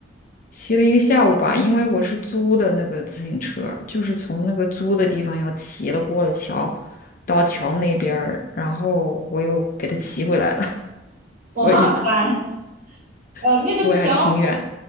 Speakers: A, on the left (about 45°); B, on the right (about 45°).
A: 骑了一个下午吧。因为我是租的那个自行车儿就是从那个租的地方要骑了过了桥，到桥那边儿，然后我又给它骑回来了，<laughs> 所以
B: 哇塞，呃，那个桥，
A: 所以还挺远，